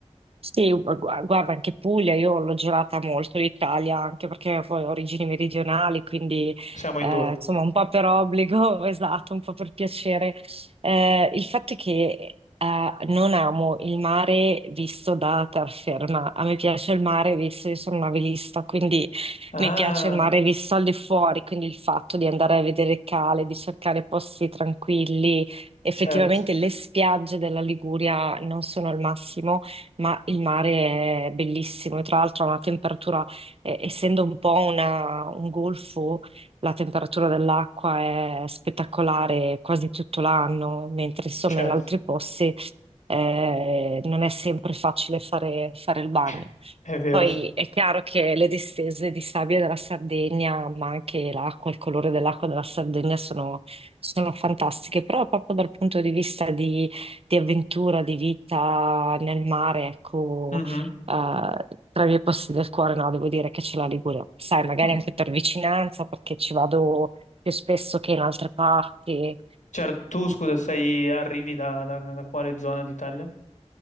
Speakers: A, on the right; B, on the left.
A: Sì, gu- gu- guarda, anche Puglia, io l'ho girata molto l'Italia, anche perché poi ho origini meridionali, quindi
B: Siamo
A: eh,
B: in due.
A: insomma un po' per obbligo, <laughs> esatto, un po' per piacere. Eh, il fatto è che eh, non amo il mare visto da terraferma, a me piace il mare visto, io sono una velista, quindi
B: Ah,
A: mi piace il mare visto al di fuori, quindi il fatto di andare a vedere cale, di cercare posti tranquilli. Effettivamente
B: certo,
A: le spiagge della Liguria non sono il massimo ma il mare è bellissimo e tra l'altro ha una temperatura, eh, essendo un po' una- un golfo, la temperatura dell'acqua è spettacolare quasi tutto l'anno, mentre insomma
B: certo,
A: in altri posti eh, non è sempre facile fare fare il bagno.
B: <laughs> è vero.
A: Poi è chiaro che le distese di sabbia della Sardegna, ma anche l'acqua, il colore dell'acqua della Sardegna sono, sono fantastiche, però proprio dal punto di vista di, di avventura, di vita nel mare, ecco,
B: Mhm.
A: eh, tra i miei posti del cuore, no, devo dire che c'è la Liguria. Sai, magari
B: Oh,
A: anche per vicinanza, perché ci vado più spesso che in altre parti.
B: Certo, tu scusa, sei, arrivi da, da da quale zona d'Italia?